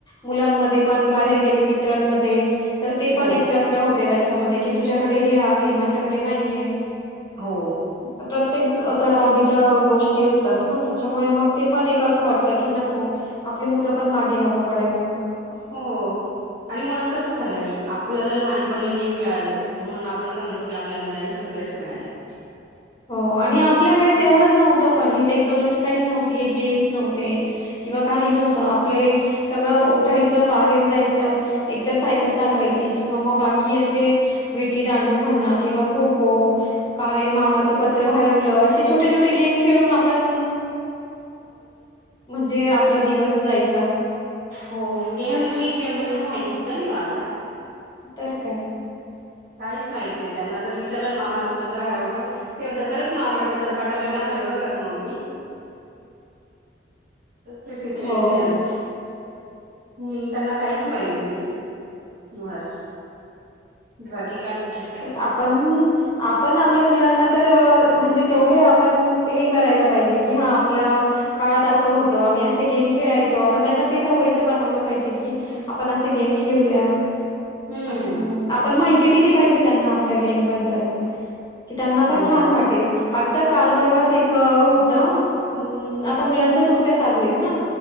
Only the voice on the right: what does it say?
हो
हो
हो, आणि मुळात कसं झालं आपल्याला लहानपणी नाही मिळालं म्हणून आपण काय म्हणतो की आपल्या मुलांना सग सगळंच मिळायला पाहिजे
हो ऐम हे खेळ मुलांना माहती सुद्धा नाही वो आता
काहीच माहीत नाही त्यांना, जरं विचारल ना मामाचं पत्र हरवलं ते म्हणतात खरंच मामाने पत्र पाठवलेलं ह रवलं का गं मम्मी? ही सिचुएशन
आहे आजची हम्म. त्यांना काहीच माहीत नाही आहे मुळात बाकी काय? म्हणतात
हम्म
हो